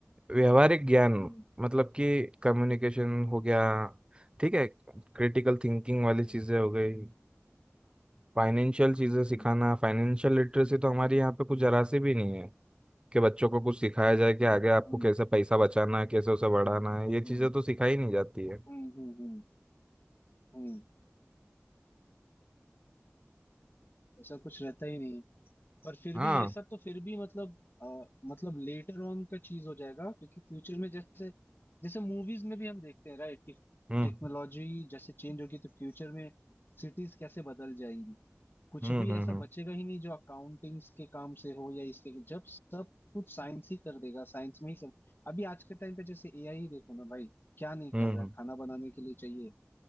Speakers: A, on the right; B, on the left.
A: व्यवहारिक ज्ञान
B: हम्म
A: मतलब कि कम्युनिकेशन हो गया ठीक है क्रिटिकल थिंकिंग वाली
B: हम्म
A: चीज़ें हो गई फाइनेंशियल चीज़ें
B: हम्म
A: सिखाना फाइनेंशियल लिटरेसी तो हमारे यहाँ पे कुछ जरा सी भी नहीं है कि बच्चों को कुछ सिखाया जाए कि आगे आपको
B: हम्म
A: कैसे पैसा बचाना है कैसे उसे बढ़ाना है ये चीज़ें
B: हम्म।
A: तो सिखाई नहीं जाती है
B: हम्म हम्म हम्म, हम्म, ऐसा कुछ रहता ही नहीं है। पर फिर
A: हाँ
B: भी ये सब तो फिर भी मतलब अ, मतलब लेटर ऑन का चीज हो जाएगा क्योंकि फ्यूचर में जैसे जैसे मूवीज में भी हम देखते हैं राइट कि
A: हम्म
B: टेक्नोलॉजी जैसे चेंज होगी तो फ्यूचर में सिटीज कैसे बदल जाएंगी कुछ
A: हम्म
B: भी
A: हम्म
B: ऐसा
A: हम्म
B: बचेगा ही नहीं जो अकाउंटिंग्स के काम से हो या इसके जब सब कुछ साइंस ही कर देगा साइंस में ही सब अभी आज के टाइम पे जैसे एआई ही देखो ना भाई क्या नहीं
A: हम्म
B: कर रहा है खाना बनाने के लिए चाहिए